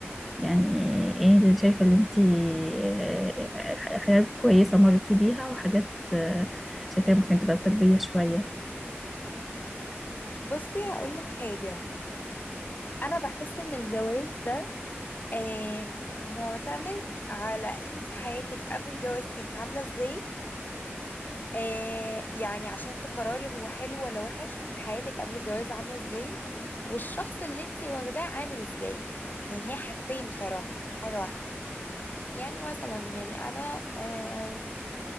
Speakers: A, in the centre; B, on the left.
A: يعني ايه اللي شايفة اللي انت آه، حاجات كويسة مرتي بيها وحاجات آه، شايفاها ممكن تبقى سلبية شوية
B: بصي هقول لك حاجه انا بحس ان الجواز ده آه معتمد على انت حياتك قبل الجواز كانت عامله ازاي آه يعني عشان تقرري هو حلو ولا وحش ك- حياتك قبل الجواز عامله ازاي والشخص اللي انت واخداه عامل ازاي يعني هي حاجتين بصراحه مش حاجه واحده يعني مثلا يعني انا آم،